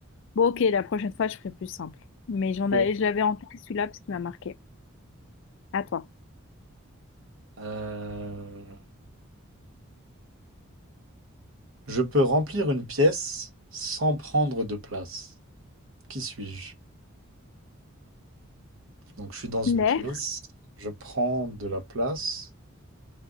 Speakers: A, on the left; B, on the right.
A: Bon, ok, la prochaine fois, je ferai plus simple. Mais j'en
B: ok.
A: avais, je l'avais en tête celui-là parce qu'il m'a marqué. À toi.
B: Euh, Je peux remplir une pièce sans prendre de place. Qui suis-je? Donc je suis dans une
A: L'air,
B: pièce, je prends de la place,